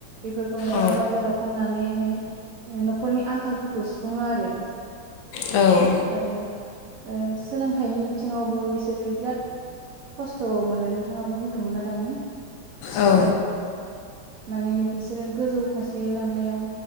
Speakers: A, on the right (about 70°); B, on the left (about 75°).
A: बेफोरखौनो
B: औ
A: बाजाराव फाननानै हाय न'खरनि आंखालफोरखौ सुफुङो आरो।
B: औ
A: आरो ओ सोलोंथाइनि बिथिङावबो बिसोरो बिराद खस्थ' मोनो नोंथाङाबो बुंदोंमोनना दानि
B: औ
A: ओ माने बिसोरो गोजौ फारसे लांनायाव